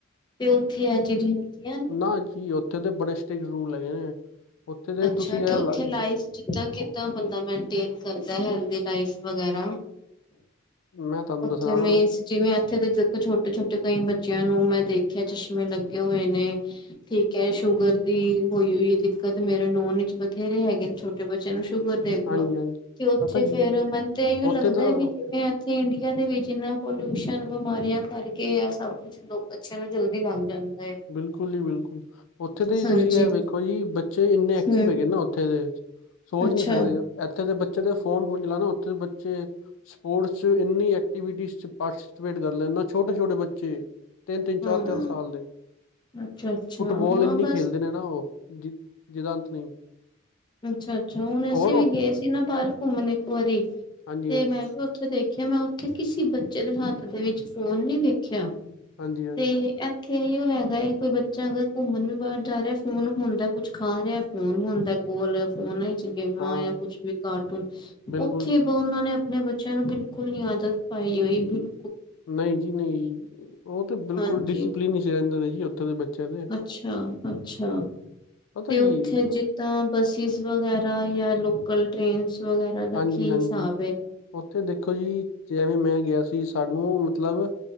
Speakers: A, on the left (about 20°); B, on the left (about 70°).
A: ਤੇ ਉੱਥੇ ਇਹ ਚੀਜ਼ਾਂ ਹੈਗੀਆਂ ਨੇ?
B: ਹਾਂਜੀ, ਉੱਥੇ ਤੇ ਬੜੇ ਸਟ੍ਰਿਕਟ ਰੂਲ ਹੈਗੇ ਨੇ, ਉੱਥੇ ਦੇ
A: ਅੱਛਾ
B: ਤੁਸੀਂ
A: ਤੇ
B: ਇਹ
A: ਉੱਥੇ
B: ਲਾ
A: ਲਾਈਫ
B: ਜ
A: ਜਿੱਦਾਂ -ਕਿੱਦਾਂ ਬੰਦਾ ਮੇਨਟੇਨ ਕਰਦਾ ਹੈਲਦੀ ਲਾਈਫ ਵਗੈਰਾ।
B: ਮੈਂ ਤੁਹਾਨੂੰ
A: ਉੱਛੇ
B: ਦੱਸਣਾ
A: ਮੇ ਜਿਵੇਂ, ਇੱਥੇ ਦੇ ਦੇਖੋ ਛੋਟੇ- ਛੋਟੇ ਕਈ ਬੱਚਿਆਂ ਨੂੰ ਮੈਂ ਦੇਖਿਆ ਚਸ਼ਮੇ ਲੱਗੇ ਹੋਏ ਨੇ। ਠੀਕ ਹੈ, ਸ਼ੂਗਰ ਦੀ ਹੋਈ -ਹੋਈ ਹੈ ਦਿੱਕਤ, ਮੇਰੇ ਨੋਨ ਵਿੱਚ ਬਥੇਰੇ ਹੈਗੇ ਨੇ ਛੋਟੇ ਬੱਚਿਆਂ ਨੂੰ ਸ਼ੂਗਰ। ਦੇਖਲੋ,
B: ਹਾਂਜੀ ਹਾਂਜੀ
A: ਤੇ ਉੱਥੇ
B: ਪਤਾ ਕੀ
A: ਫੇਰ ਮੈਨ ਤੇ ਇਓ ਲੱਗਦਾ
B: ਉੱਥੇ ਤਾਂ
A: ਵੀ ਜਿਵੇਂ ਇੱਥੇ ਇੰਡੀਆ ਦੇ ਵਿੱਚ ਇੰਨਾ ਪੋਲਿਊਸ਼ਨ, ਬਿਮਾਰੀਆਂ ਕਰਕੇ ਹੈ ਸਭ ਕੁਛ ਲੋਕ ਅੱਛਿਆਂ ਨੂੰ ਜਲਦੀ ਮੰਨ ਜਾਂਦਾ। ਏ।
B: ਬਿਲਕੁਲ ਜੀ ਬਿਲਕੁਲ। ਉੱਥੇ ਦੇ ਜੀ
A: ਹਾਂਜੀ
B: ਤੁਸੀਂ ਇਹ ਵੇਖੋ ਜੀ ਬੱਚੇ ਇੰਨੇ ਐਕਟਿਵ
A: ਹੂੰ
B: ਹੈਗੇ ਨਾ ਉੱਥੇ ਦੇ। ਸੋਚ
A: ਅੱਛਾ।
B: ਨੀ ਸਕਦੇ, ਇੱਥੇ ਦੇ ਬੱਚੇ ਦੇ ਫੋਨ -ਫੋਨ ਚਲਾਉਣਾ, ਉੱਥੇ ਦੇ ਬੱਚੇ ਸਪੋਰਟਸ ਚ ਇੰਨੀ ਐਕਟੀਵਿਟੀ ਚ ਪਾਰਟੀਸਪੇਟ ਕਰ ਲੈਂਦਾ ਛੋਟੇ- ਛੋਟੇ ਬੱਚੇ, ਤਿੰਨ- ਤਿੰਨ ਚਾਰ
A: ਹਾਂ
B: -ਚਾਰ ਸਾਲ ਦੇ,
A: ਅੱਛਾ-ਅੱਛਾ
B: ਫੁੱਟਬਾਲ
A: ਹਾਂ
B: ਇੰਨੀ
A: ਬਸ
B: ਖੇਲਦੇ ਨੇ ਨਾ ਉਹ ਜ ਜਿਹਦਾ ਅੰਤ ਨਹੀਂ।
A: ਅੱਛਾ -ਅੱਛਾ ਹੁਣ ਅਸੀਂ
B: ਔਰ
A: ਵੀ
B: ਉਹ-
A: ਗਏ ਸੀ ਨਾ ਬਾਹਰ ਘੁੰਮਣ ਇੱਕ ਵਾਰੀ,
B: ਹਾਂਜੀ
A: ਤੇ
B: ਹਾਂਜੀ
A: ਮੈਂ ਵੀ ਉਥੇ ਦੇਖਿਆ ਮੈਂ, ਉੱਥੇ ਕਿਸੇ ਬੱਚੇ ਦੇ ਹੱਥ ਦੇ ਵਿੱਚ ਫੋਨ ਨਹੀਂ ਵੇਖਿਆ।
B: ਹਾਂਜੀ ਹਾਂਜੀ
A: ਤੇ, ਇੱਥੇ ਹੀ ਉਹ ਹੈਗਾ ਹੈ, ਕੋਈ ਬੱਚਾ ਅਗਰ ਘੁੰਮਣ ਵੀ ਬਾਹਰ ਜਾ ਰਿਹਾ, ਫੋਨ ਹੁੰਦਾ। ਕੁਛ ਖਾ ਰਿਹਾ, ਫੋਨ ਹੁੰਦਾ ਕੋਲ, ਫੋਨ ਗੇਮਾਂ
B: ਹਾਂ
A: ਜਾਂ ਕੁਛ ਵੀ ਕਾਰਟੂਨ
B: ਬਿਲਕੁਲ
A: ਉੱਥੇ
B: ਜੀ
A: ਉਹਨਾਂ ਨੇ ਮੈਂ, ਬੱਚਿਆਂ ਨੂੰ ਬਿਲਕੁਲ ਨੀ ਆਦਤ ਪਾਈ ਹੋਈ, ਬਿਲ
B: ਨਹੀਂ ਜੀ ਨਹੀਂ, ਉਹ ਤਾਂ ਬਿਲਕੁਲ
A: ਹਾਂਜੀ
B: ਡਿਸਪਲਿਨ ਵਿਚ ਰਹਿੰਦੇ ਨੇ ਜੀ। ਦੇ ਬੱਚਿਆਂ ਦੇ
A: ਅੱਛਾ -ਅੱਛਾ
B: ਪਤਾ
A: ਤੇ
B: ਕੀ
A: ਉੱਥੇ
B: ਹੈ ਜੀ
A: ਜਿੱ ਤਾਂ ਬਸਿਸ ਵਗੈਰਾ ਜਾਂ ਲੋਕਲ ਟੇਰਨਸ ਵਗੈਰਾ ਦਾ
B: ਹਾਂਜੀ
A: ਕੀ
B: -ਹਾਂਜੀ
A: ਹਿਸਾਬ ਹੈ
B: ਉੱਥੇ ਦੇਖੋ ਜੀ ਜਿਵੇਂ ਮੈਂ ਗਿਆ ਸੀ, ਸਾਨੂੰ ਮਤਲਬ